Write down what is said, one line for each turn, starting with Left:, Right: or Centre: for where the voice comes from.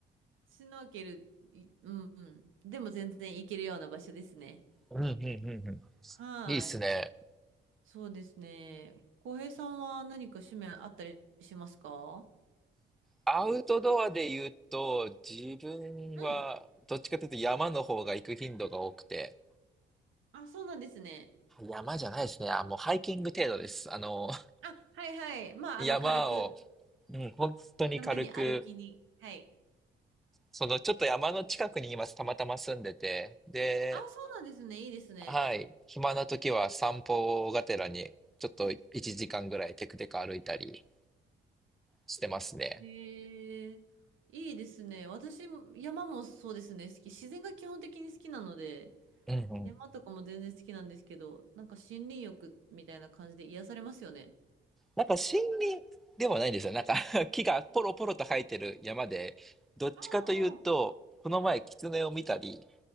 Right: シュノーケル、いうんうん。でも、全然行けるような場所ですね。
Centre: うんうんうんうん。
Right: はい。
Centre: いいっすね。
Right: そうですね。浩平さんは何か趣味あったりしますか
Centre: アウトドアで言うと、自分は、
Right: うん。
Centre: どっちかというと山の方が行く頻度が多くて、
Right: あ、そうなんですね。
Centre: 山じゃないですね。あ、もうハイキング程度です。あの、
Right: あ、はいはい。まあ、
Centre: 山を、
Right: あの、軽く、
Centre: うん、本当に軽く、
Right: 山に歩きに。はい。
Centre: そのちょっと山の近くに今たまたま住んでて、で、
Right: あ、そうなんですね。いいですね。
Centre: はい、暇な時は散歩がてらにちょっと1時間ぐらいテクテク歩いたりしてますね。
Right: へえ、いいですね。私も、山もそうですね。好き。自然が基本的に好きなので、
Centre: うんうん。
Right: 山とかも全然好きなんですけど、なんか森林浴みたいな感じで癒されますよね。
Centre: なんか森林ではないんですよ。なんか <laughs> 木がポロポロと生えてる山で、どっちかというと、
Right: あ
Centre: この前キツネを見たり、